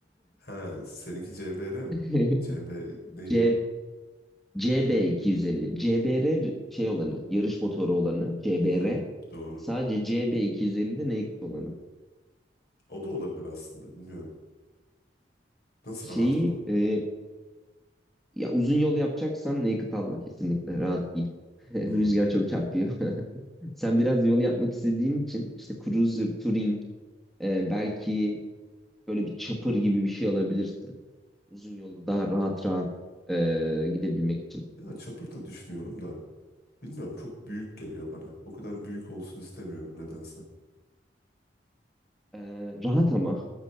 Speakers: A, on the left; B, in the centre.
A: Ha seninki CBR mi?
B: <laughs>
A: CB neydi
B: C,
A: o?
B: CB250. CBR şey olanı, yarış motoru olanı. C
A: Hmm,
B: B R
A: doğru.
B: Sadece C B CB250'de naked olanı.
A: O da olabilir aslında bilmiyorum. Nasıl
B: Şeyi
A: rahat mı?
B: e, ya uzun yol yapacaksan naked alma kesinlikle. Rahat değil. <laughs> Rüzgar
A: Hmm.
B: çok çarpıyor. <laughs> Sen biraz yol yapmak istediğin için işte Cruiser, Touring e, belki böyle bir chopper gibi bir şey alabilirsin. Uzun yolda daha rahat rahat e, gidebilmek için.
A: Ya çapır da düşünüyorum da bilmiyorum çok büyük geliyor bana. O kadar büyük olsun istemiyorum nedense.
B: E, rahat ama.